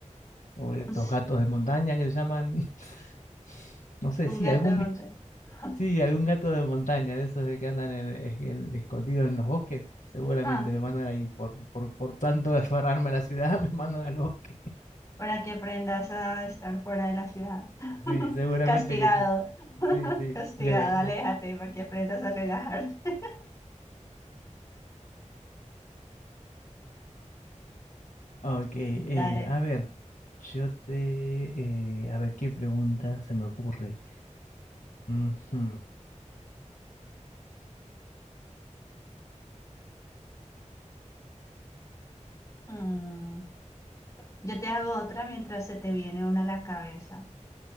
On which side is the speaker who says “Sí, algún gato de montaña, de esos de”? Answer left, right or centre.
Left